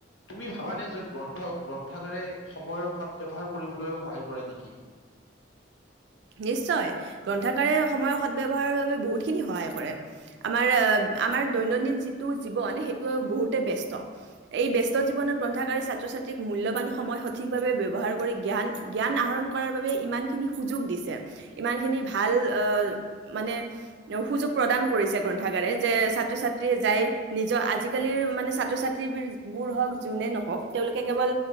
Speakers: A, on the left; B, on the right.
A: তুমি ভাবানে যে গ্ৰন্থ গ্ৰন্থাগাৰে সময়ৰ সদ ব্যৱহাৰ কৰিবলৈ সহায় কৰে নেকি
B: নিশ্চয় গ্ৰন্থাকাৰে সময়ৰ সদব্যৱহাৰ‌ বাবে বহুতখিনি সহায় কৰে আমাৰ আমাৰ দৈনন্দিন যিটো জীৱন সেইটো বহুতে বস্ত। এই ব ব্যস্ত জীৱনত গ্ৰন্থাকাৰে ছাত্ৰ ছাত্ৰীক মূল্যবান সময় সঠিকভাৱে ব্যৱহাৰ কৰি জ্ঞান জ্ঞান আহৰণ কৰাৰ বাবে ইমানখিনি সুযোগ দিছে ইমানখিনি ভাল আহ মানে সুযোগ প্ৰদান কৰিছে গ্ৰন্থাগাৰে যে ছাত্ৰ ছাত্ৰীয়ে যাই নিজৰ আজিকালিৰ মানে ছাত্ৰ ছাত্ৰী বোৰ হওক যোনে নহওক তেওঁলোকে কেৱল